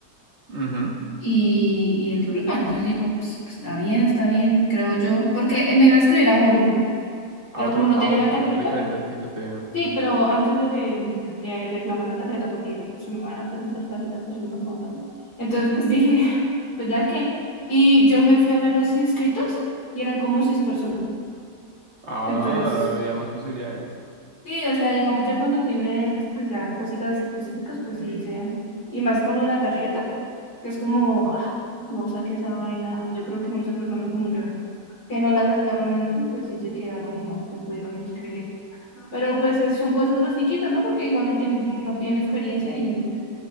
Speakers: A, on the right (about 45°); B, on the left (about 75°).
A: Ujú.
B: y, y el diploma. Entonces digo, pues, pues, está bien, está bien, creo yo, porque eh, me iba a inscribir a uno, ¿no?
A: A
B: Pero
A: otro,
B: como no
A: a
B: tenía
A: otro,
B: la tarjeta,
A: a otro diferente al que yo te...
B: Sí, pero antes de, de reclamar la tarjeta, porque eso me van a preguntar tarjeta, pues sí me lo preguntaron. Entonces, pues dije, <laughs> pues ya que. Y yo me fui a ver los inscritos y eran como seis personas.
A: Ah,
B: Entonces,
A: había más posibilidades.
B: sí, o sea, digamos, ya cuando tienes, pues ya cositas específicas, pues sí dicen, y más con lo de la tarjeta, que es como, ah, no saqué esa vaina. Y yo creo que muchas personas como yo, que no la sacaron antes, pues sí se quedaron y no se pudieron inscribir. Pero pues es- son cosas más chiquitas, ¿no? Porque igual no tienen, no piden experiencia y,